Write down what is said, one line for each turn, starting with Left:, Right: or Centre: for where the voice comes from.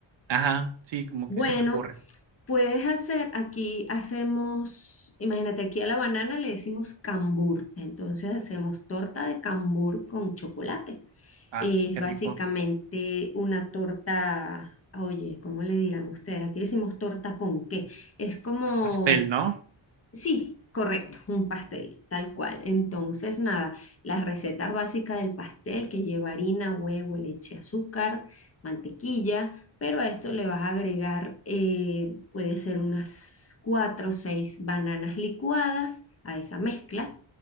Right: Ajá, sí, como
Left: Bueno,
Right: que se te ocurre.
Left: puedes hacer, aquí hacemos, imagínate, aquí a la banana le decimos cambur, entonces hacemos torta de cambur con chocolate.
Right: Ay,
Left: Es
Right: qué
Left: básicamente
Right: rico.
Left: una torta, oye, ¿cómo le dirán ustedes? Aquí decimos torta ponqué. Es como
Right: Para pastel, ¿no?
Left: Sí, correcto, un pastel, tal cual. Entonces, nada, las recetas básicas del pastel que lleva harina, huevo, leche, azúcar, mantequilla, pero a esto le vas a agregar, eh, puede ser unas cuatro o seis bananas licuadas a esa mezcla.